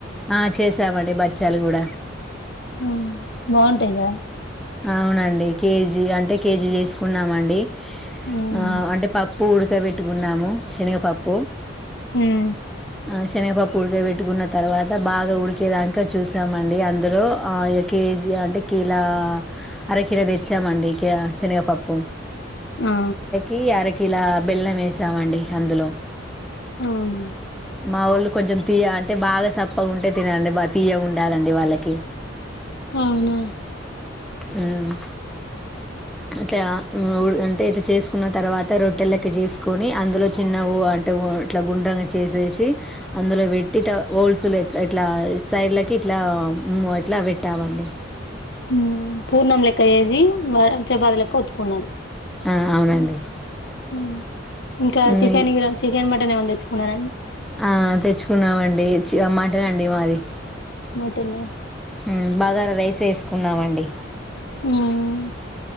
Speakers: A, in the centre; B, on the left (about 60°).
A: ఆ చేసి స్తామండి బచ్చాలు కూడా
B: ఆ బాగుంటాయి కదా
A: అవునండి కేజీ అంటే కేజీ చేసుకున్నామండి
B: ఉమ్
A: ఆ అంటే పాప్ పూడిక పెట్టుకున్నాము శనగపప్పు
B: ఉమ్
A: ఆ శనగపప్పు ఉడక పెట్టుకున్న తర్వాత బాగా ఉడికేదాంక చూసామండి అందులో కేజీ అంటే కీలో అర కీలో తెచ్చామండి శనగపప్పు
B: ఆ
A: కి అరకిలా బెల్లం వేసామండి అందులో
B: అవునా
A: మాఊళ్ళు కొంచెం తీయగ అంటే బాగా సప్ బాగుంటే తినాలండి బాగ తీయగ ఉండాలండి వాళ్ళకి
B: అవునా
A: ఉమ్ అట్లా ఉ అంటే చేసు కున్న తర్వాత రొట్టె లెక్క చేసుకొని అందులో చిన్న అంటే ఇట్లా గుండ్రంగా చేసేసి అందులో పెట్టి ఇట్ట హోల్స్ ఇట్లా సైడ్లకి ఇట్లా హ్మ్ ఇట్ల పెట్టామండి
B: హ్మ్ పూర్ణం లెక్క ఏది మ చపాతీ లెక్క ఒత్తుకున్నారు
A: ఆ అవునండి
B: ఉమ్ ఇంకా
A: హ్మ్
B: చికెన్ గిర చికెన్ మటన్ ఏమన్నా తెచ్చుకున్నారండి
A: ఆ తెచ్చుకున్నామండి చ మ ట అండి మాది
B: మటన్
A: హ్మ్ బగార రైస్ చేసుకునమండి
B: ఉమ్